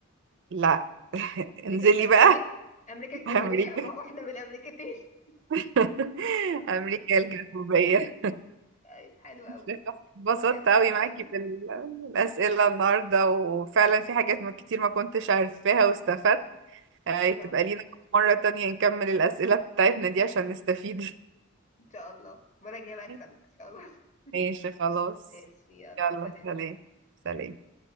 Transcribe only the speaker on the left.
امريكا الجنوبيه
امريكا
الجنوبيه
ما هو احنا من الامريكتين <laughs>
طيب حلو قوي
كانت لعبه
لطيفه
انا
اكتر
ان شاء الله المره الجايه بقى اكسبك
ان شاء الله
<laughs> ماشي يلا
سلام